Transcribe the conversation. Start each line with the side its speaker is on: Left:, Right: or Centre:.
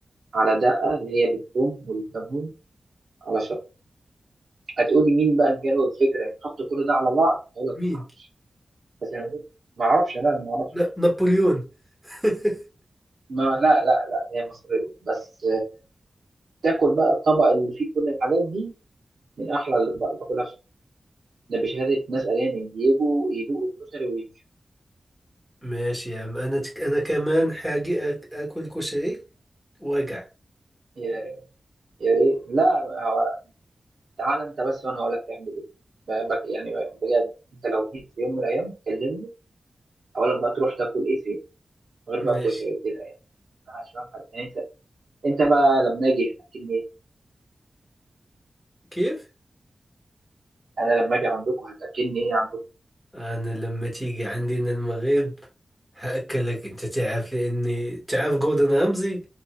Right: على دقة اللي هي بالثوم والليمون على شطة هتقولي مين بقى جاله الفكرة يحطوا كل ده على بعض أقول لك
Centre: مين
Right: ما أعرفش. بس أنا ما أعرفش لا أنا ما أعرفش
Centre: ن... نابليون <laughs>
Right: ما لا لا لا هي مصرية بس تاكل بقى الطبق اللي فيه كل الحاجات دي من أحلى اللي باكلها في- ده بشهادة ناس أجانب بيجوا يدوقوا الكشري ويمشوا
Centre: ماشي يا عم انا تك... انا كمان حاجي أك... اكل كشري وارجع
Right: يا ريت يا ريت لا هو تعال أنت بس وأنا هقول لك تعمل إيه ب- بك يعني ب- بجد أنت لو جيت في يوم من الأيام كلمني هقول لك بقى تروح تاكل إيه فين غير بقى
Centre: ماشي
Right: الكشري وكده يعني عشان حاجة يعني أنت أنت بقى لما أجي هتأكلني إيه
Centre: كيف
Right: أنا لما أجي عندكم هتأكلني إيه عندكم
Centre: انا لما تيجي عندنا المغرب هاكلك انت تعرف لاني تعرف جوردن رامزي